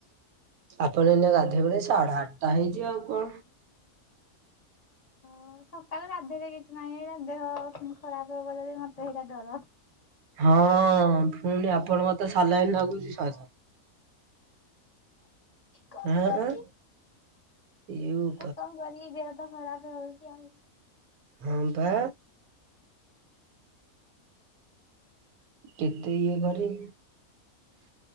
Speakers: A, on the right (about 80°); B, on the left (about 30°).
A: ଆପଣ ଏଇନା ଗାଧେଇବେ ନା ସାଢେ ଆଠଟା ହେଇଚି ଆଉ କଣ?
B: ଓ ସକାଳୁ ଗାଧେଇଲେ କିଛି ନାହିଁ ଏରା ଦେହ ଫୁଣି ଖରାପ ହବ ଯଦି ମତେ ସେଇଟା ଡର।
A: ହଁ ଫୁଣି ଆପଣଙ୍କର ତ ସାଲାଇନ୍ ଲାଗୁଚି ଶହେ ଥର।
B: କଣ
A: ଆଁ
B: କରିବି
A: ଆଁ ଏଇ ଯୋଉ
B: ଆଉ କଣ କରିବି ଦେହ ତ ଖରାପ ହୋଉଚି ଆଉ।
A: ହଁପା। କେତେ ଇଏ କରି